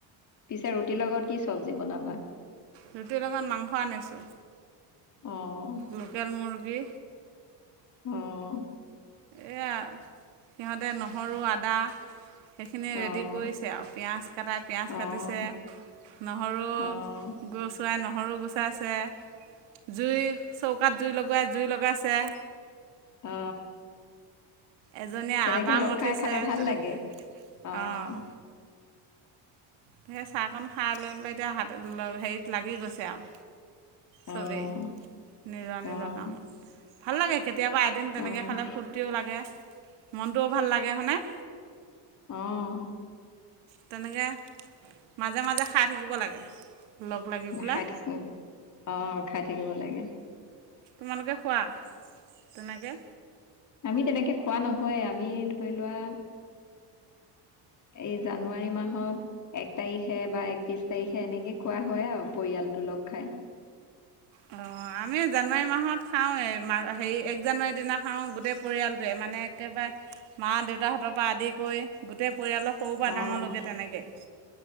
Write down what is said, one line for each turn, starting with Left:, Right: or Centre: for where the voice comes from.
Left: পিছে ৰুটিৰ লগত কি চব্জি বনাবা।
Right: ৰুটিৰ লগত মাংস আনিছোঁ।
Left: অ',
Right: লোকেল মুৰ্গী
Left: আহ
Right: এইয়া সিহঁতে নহৰু আদা সেইখিনি
Left: অ',
Right: ৰেডি কৰিছে আৰু পিঁয়াজ কাটাই পিঁয়াজ
Left: অ',
Right: কাটিছে নহৰু
Left: অ', অ',
Right: গৰু চোৱাই নহৰু। <unintelligible> হৰু গুচাইছে জুই চৌকাত জুই লগুৱাই জুই লগাইছে।
Left: অ।
Right: এজনীয়ে
Left: তেনেকে
Right: আদা
Left: লগ
Right: মঠিছে
Left: খাই খালে ভাল
Right: তেনেকৈ
Left: লাগে আহ।
Right: অঁ সেই চাহকণ খাই লৈ পেলাই এতিয়া হা হেৰিত লাগি গৈছে আৰু। চবেই
Left: অ',
Right: নিজৰ নিজৰ
Left: অ',
Right: কামত ভাল লাগে। কেতিয়াবা এদিন তেনেকৈ
Left: অ',
Right: খালে ফূৰ্তিও লাগে মনটোও ভাল লাগে হানে।
Left: আহ।
Right: তেনেকে মাজে মাজে খাই থাকিব লাগে। লগ লাগি পেলাই
Left: খাই থা আহ খাই থাকিব লাগে।
Right: তোমালোকে খোৱা তেনেকে।
Left: আমি তেনেকে খোৱা নহয় আমি ধৰি লোৱা। এই জানুৱাৰী মাহত এক তাৰিখে বা একত্ৰিশ তাৰিখে এনেকে খোৱা হয় আৰু পৰিয়ালটো। লগ খাই।
Right: অ। আমি জানুৱাৰী মাহত খাওঁৱ এইা হেৰি এক জানুৱাৰীৰ দিনা খাওঁ গোটেই পৰিয়ালটোৱে মানে একেবাৰে। মা দেউতাহঁতৰ পৰা আদি কৰি গোটেই পৰিয়ালৰ সৰুৰ পৰা
Left: অ',
Right: ডাঙৰলৈকে তেনেকৈ।